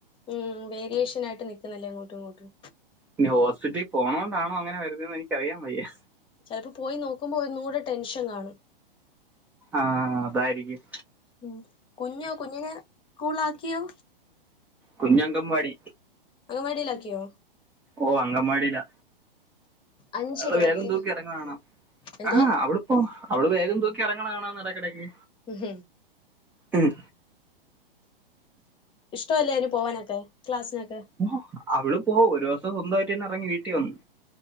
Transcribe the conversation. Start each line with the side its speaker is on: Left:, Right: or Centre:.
Left: ഉം വേരിയേഷൻ ആയിട്ട് നിക്കുന്നല്ലേ അങ്ങോട്ടും ഇങ്ങോട്ടും
Centre: പിന്നെ ഹോസ്പിറ്റലി പോണോണ്ടാണോ അങ്ങനെ വരുന്നതെന്ന് എനിക്കറിയാൻ വയ്യാ
Left: ചെലപ്പം പോയി നോക്കുമ്പോ ഒന്നും കൂടെ ടെൻഷൻ കാണും
Centre: ആഹ് അതായിരിക്കും
Left: ഉം കുഞ്ഞോ കുഞ്ഞിനെ സ്കൂളിൽ ആക്കിയോ?
Centre: കുഞ്ഞ് അംഗവാടി
Left: അംഗൻവാടിയിലാക്കിയോ?
Centre: ഓഹ് അംഗൻവാടിയിലാ
Left: അഞ്ച്
Centre: അവള്
Left: ഇരുപത്തി
Centre: ബാഗും തൂക്കി എറങ്ങണ കാണാം
Left: എന്തുവാ
Centre: ആഹ് അവള് ഓഹ് അവള് ബാഗും തൂക്കി എറങ്ങണ കാണാന്ന് എടെക്കെടക്ക്
Left: ഹ
Centre: ഉം
Left: ഇഷ്ട്ടവല്ലേ അയ്ന് പോവാനൊക്കെ ക്ലാസ്സിനൊക്കെ?
Centre: ഓഹ് അവള് പോകും ഒരു ദിവസം സ്വന്തായിട്ട് തന്നെ എറങ്ങി വീട്ടി വന്നു